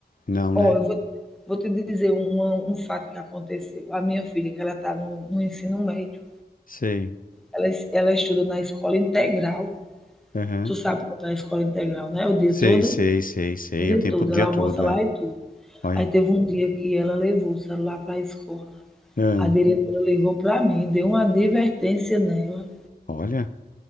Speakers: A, on the left (about 55°); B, in the centre.
A: Não,
B: Ó,
A: né?
B: eu vou, vou te dizer um, um fato que aconteceu. A minha filha, que ela tá no, no ensino médio,
A: Sei.
B: ela, ela estuda na escola integral.
A: Aham.
B: Tu sabe como é a escola integral, né? O dia
A: Sei,
B: todo,
A: sei, sei, sei.
B: o dia
A: Eu tempo
B: todo.
A: o dia
B: Ela almoça
A: todo,
B: lá
A: é.
B: e tudo.
A: Olha.
B: Aí teve um dia que ela levou o celular para a escola.
A: Ah,
B: A diretora ligou para mim, deu uma advertência nela,
A: olha,